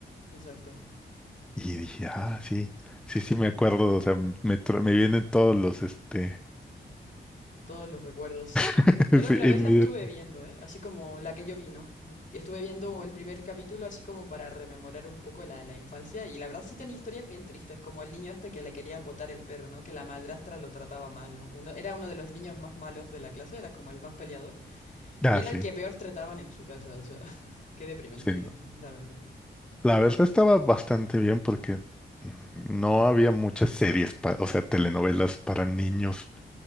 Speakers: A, on the left; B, in the centre.
A: exacto.
B: y dije, ah, sí, sí, sí, me acuerdo, o sea, me, tra- me vienen todos los, este,
A: Todos los recuerdos.
B: <laughs>
A: Yo la
B: sí,
A: otra
B: en
A: vez la
B: mi-
A: estuve viendo, ¿eh? Así como la que yo vi, ¿no? Mm, Estuve viendo el primer capítulo así como para rememorar un poco la, la infancia y la verdad sí tenía historias bien tristes, como el niño este que le querían botar el perro, ¿no? Que la madrastra lo trataba mal, ¿no? Uno, era uno de los niños más malos de la clase, era como el más peleador
B: ah,
A: y era
B: sí,
A: el que peor trataban en su casa, o sea, <laughs> qué deprimente,
B: sí, no.
A: <laughs> la verdad.
B: La verdad estaba bastante bien porque no había muchas series, pa- o sea, telenovelas para niños